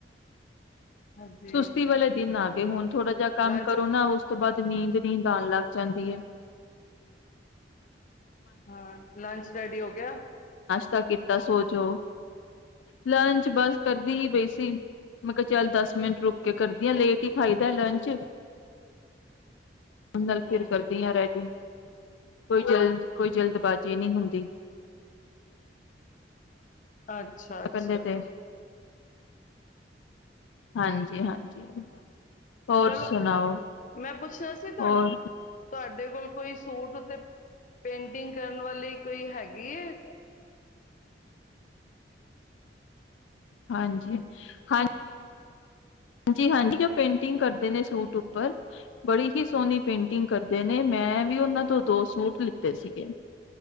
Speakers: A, on the left; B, on the left.
A: ਹਾਂਜੀ
B: ਸੁਸਤੀ ਵਾਲੇ ਦਿਨ ਆ ਤੇ ਹੁਣ ਥੋੜ੍ਹਾ ਜਿਹਾ ਕੰਮ
A: ਲੰਚ
B: ਕਰੋ ਨਾ ਉਸ ਤੋਂ ਬਾਅਦ ਨੀਂਦ-ਨੀਂਦ ਆਣ ਲੱਗ ਜਾਂਦੀ ਏ।
A: ਹਾਂ। ਲੰਚ ਰੈਡੀ ਹੋ ਗਿਆ।
B: ਤਾਂ ਕੀਤਾ ਸੋਜੋ, ਲੰਚ ਬਸ ਕਰਦੀ ਹੀ ਪਈ ਸੀ, ਮੈਂ ਕਿਹਾ ਚੱਲ ਦਸ ਮਿੰਟ ਰੁਕ ਕੇ ਕਰਦੀ ਆ ਲੇਟ ਹੀ ਖਾਈਦਾ ਲੰਚ ਅੰਦਰ
A: ਹਮ
B: ਫਿਰ ਕਰਦੀ ਹਾਂ ਰੈਡੀ ਕੋਈ ਜਲਦ, ਕੋਈ ਜਲਦਬਾਜ਼ੀ ਨਹੀਂ ਹੁੰਦੀ।
A: ਅੱਛਾ- ਅੱਛਾ।
B: ਪਹਿਲੇ ਤੇ ਹਾਂਜੀ- ਹਾਂਜੀ, ਹੋਰ
A: ਚਲੋ
B: ਸੁਣਾਓ,
A: ਮੈਂ ਪੁੱਛਣਾ ਸੀ ਤੁਹਾ
B: ਹੋਰ
A: ਤੁਹਾਡੇ ਕੋਲ ਕੋਈ ਸੂਟ ਤੇ ਪੇਂਟਿੰਗ ਕਰਨ ਵਾਲੀ ਕੋਈ ਹੈਗੀ ਏ?
B: ਹਾਂਜੀ ਹਾਂ, ਹਾਂਜੀ- ਹਾਂਜੀ ਪੇਂਟਿੰਗ ਕਰਦੇ ਨੇ ਸੂਟ ਉੱਪਰ ਬੜੀ ਹੀ ਸੋਹਣੀ ਪੇਂਟਿੰਗ ਕਰਦੇ ਨੇ ਮੈਂ ਵੀ ਉਹਨਾਂ ਤੋਂ ਦੋ ਸੂਟ ਲਿੱਤੇ ਸੀਗੇ,